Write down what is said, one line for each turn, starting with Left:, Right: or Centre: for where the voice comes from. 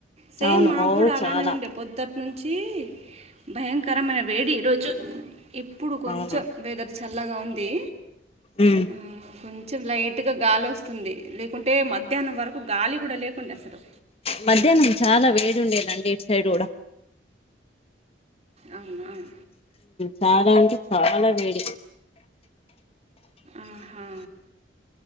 Right: సేమ్
Left: అవును
Right: మాకు
Left: ఓ
Right: కూడా అలానే
Left: చాలా
Right: ఉండే పొద్దుటి నుంచి. చి భయంకరమైన వేడి ఈరోజు. ఇప్పుడు కొంచెం
Left: అవునా
Right: వెదర్ చల్లగా ఉంది‌.
Left: ఉమ్
Right: ఆ కొంచెం లైట్గా గాలి వస్తుంది. లేకుంటే మధ్యాహ్నం వరకు గాలి కూడా లేకుండా అసలు‌.
Left: మధ్యాహ్నం చాలా వేడి ఉండేనండి ఇటు సైడ్ కూడా.
Right: అవును అవును.
Left: చాలా అంటే చాలా వేడిగ.
Right: ఆహా!